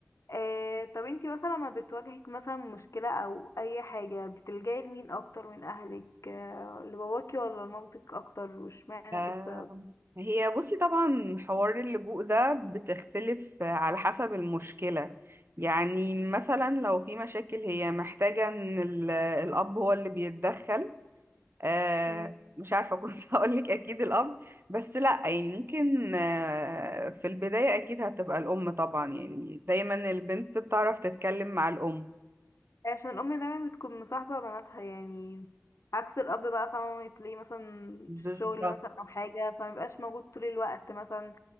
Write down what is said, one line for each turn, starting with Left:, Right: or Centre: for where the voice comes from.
Left: آه طب انتي مثلا لما بتواجهك مثلا مشكلة او اي حاجة بتلجأي لمين اكتر من اهلك آه لباباكي ولا لمامتك اكتر واشمعنى
Right: آه،
Left: ايه السبب
Right: هي بصي طبعا حوار اللجوء ده بتختلف على حسب المشكلة يعني مثلا لو في مشاكل هي محتاجة ان ال- الأب هو اللي بيتدخل آه،
Left: مم.
Right: مش عارفة كنت <laughs> هقولك أكيد الأب بس لأ يعني ممكن آه، في البداية أكيد هتبقى الأم طبعا يعني دايما البنت بتعرف تتكلم مع الأم
Left: عشان الام دايما بتكون مصاحبة بناتها يعني عكس الاب بقى فاهمة تلاقيه مثلا
Right: بالظبط
Left: في الشغل مثلا او حاجة فمبيبقاش موجود طول الوقت مثلا